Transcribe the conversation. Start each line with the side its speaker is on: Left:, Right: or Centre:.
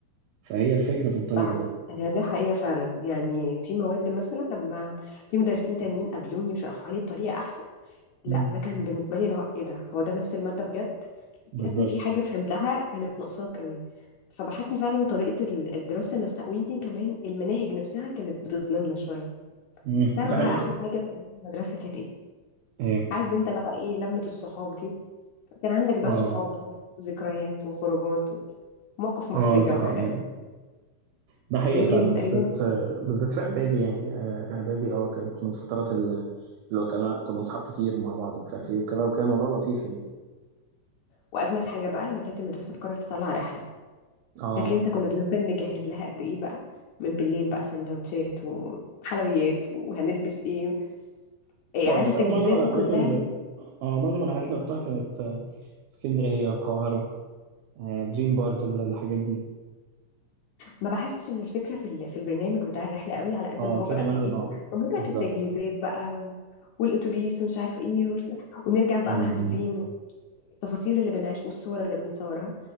Right: فهي الفكرة في الطريقة
Left: بح-
Right: بس
Left: هي دي حقيقه فعلا يعني في مواد مثلا لما في مدرسين تانيين قابلوني وشرحوها لي بطريقه احسن لا
Right: امم
Left: ده كان بالنسبه لي اللي هو ايه ده هو ده نفس الماده بجد
Right: بالظبط
Left: بحس ان في حاجه فهمتها كانت ناقصاك قوي فبحس ان فعلا طريقه ال- الدراسه نفسها ويمكن كمان المناهج نفسها كانت بتظلمنا شويه
Right: مم،
Left: بس تعرف
Right: ده
Left: بقى
Right: حقيقي
Left: احلى حاجه في ايام المدرسه كانت ايه
Right: إيه.
Left: عارف انت بقى ايه لمه الصحاب دي كان عندك بقى
Right: اه
Left: صحاب وذكريات وخروجات ومواقف محرجة
Right: اه ده
Left: وحاجات
Right: حقيقي ده حقيقة
Left: يمكن
Right: فعلا بالذات
Left: تقريبا
Right: بالذات في إعدادي يعني آه، إعدادي أه كانت من الفترات ال- اللي كنا كنا أصحاب كتير ومع بعض مش عارف إيه وكده وكان الموضوع لطيف يعني
Left: وأجمد حاجة بقى لما كانت المدرسة تقرر تطلع رحلة
Right: أه
Left: فاكر انت كنا بنفضل نجهز لها قد ايه بقى من بالليل بقى سندوتشات وحلويات وهنلبس ايه ايه
Right: أه
Left: عارف
Right: بس
Left: التجهيزات
Right: أنا معظم الرحلات
Left: دي كلها
Right: اللي أه معظم الرحلات اللي رحتها كانت آه، اسكندرية القاهرة آه، دريم بارك ال- الحاجات دي
Left: ما بحسش ان الفكرة في ال- في البرنامج بتاع الرحلة قوي على قد
Right: أه
Left: ما هو
Right: الفكرة
Left: بقى
Right: إنها
Left: في
Right: نقعد
Left: ايه في متعة
Right: بالظبط
Left: التجهيزات بقى و... والأتوبيس ومش عارف ايه وال... ونرجع بقى
Right: أمم.
Left: مهدودين التفاصيل اللي بنعيش والصور اللي بنتصورها